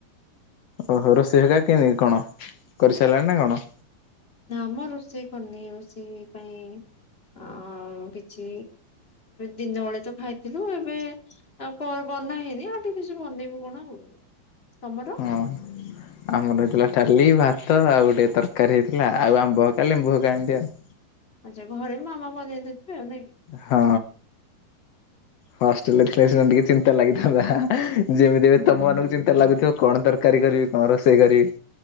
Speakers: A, on the left (about 75°); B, on the left (about 15°).
A: ଓହୋ ରୋଷେଇ ହେ ଏକା କିଣି କଣ କରିସାରିଲାଣି ନା କଣ?
B: ଧାମ ରୋଷେଇ କନି ରୋଷେଇ ପାଇଁ ଆଉ- କିଛି ଦିନ ବେଳେ ତ ଖାଇଥିଲୁ ଏବେ ଆଉ ବନା ହେଇନି ଆଉ ଟିକେ କିଛି ବନେଇବୁ କଣ ଆଉ, ତମର?
A: ହଁ। ଆମର ହେଇଥିଲା ଡାଲି ଭାତ ଆଉ ଗୋଟେ ତରକାରୀ ହେଇଥିଲା ଆଉ ଆମ୍ବକା ଲେମ୍ବୁ ଏମିତି ଆଉ।
B: ଆଚ୍ଛା ଘରେ ମାମା ବନେଇ ଦେଥିବେ ଆଉ ନାଇ କି।
A: ହଁ ହଷ୍ଟେଲରେ ଥିଲେ ସେ ଟିକେ ଚିନ୍ତା ଲାଗିଥାନ୍ତା। ଯେମିତି ଏ
B: ହୁଁ
A: ତମ ମାନଙ୍କୁ ଚିନ୍ତା ଲାଗୁଥିବ କଣ ତରକାରୀ କରିବି କଣ ରୋଷେଇ କରିବି?